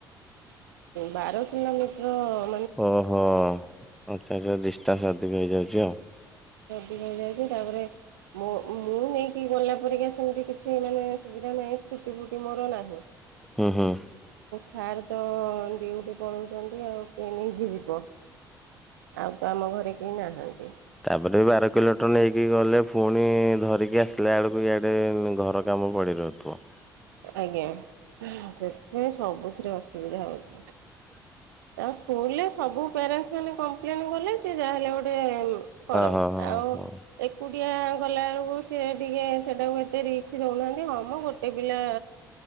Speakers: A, on the right; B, in the centre.
A: ବାର କିଲୋମିଟର ।
B: ଓହୋ ଆଚ୍ଛା ଆଚ୍ଛା ଡିଷ୍ଟାନ୍ସ ଅଧିକ ହେଇଯାଉଛି ଆଉ ।
A: ହେଇଯାଇଛି ତାପରେ ମୋ ମୁଁ ନେଇକି ଗଲା ପରିକା ସେମିତି କିଛି ମାନେ ସୁବିଧା ନାହିଁ । ସ୍କୁଟି ଫୁଟି ମୋର ନାହିଁ ।
B: ହୁଁ ହୁଁ ।
A: ସାର୍ ତ ଡିଉଟି ପଳଉଚନ୍ତି ଆଉ କିଏ ନେଇକି ଯିବ । ଆଉ ତ ଆମ ଘରେ କେହି ନାହାନ୍ତି।
B: ଏପଟେ ବି ବାର କିଲୋମଟର ନେଇକି ଗଲେ ପୁଣି ଧରିକି ଆସିଲା ବେଳକୁ ଇଆଡ଼େ ଘର କାମ ପଡ଼ିରହିବ । ଯାଉଥିବ।
A: ଆଜ୍ଞା ସେଥିପାଇଁ ସବୁଥିରେ ଅସୁବିଧା ହଉଛି
B: <inaudible>
A: । ତାଙ୍କ ସ୍କୁଲରେ ସବୁ ପ୍ୟାରେଣ୍ଟସ ମାନେ କମ୍ପ୍ଲେନ କଲେ ସେ ଯାହା ହେଲେ ଗୋଟେ । କରନ୍ତେ
B: ହଁ ହଁ
A: ଆଉ
B: ହଁ
A: ଏକୁଟିଆ । ଗଲା ବେଳକୁ ସିଏ ଟିକେ ସେଟାକୁ ଏତେ ରିକ୍ସ ଦଉନାହାନ୍ତି ହଁ ମ ଗୋଟେ । ପିଲା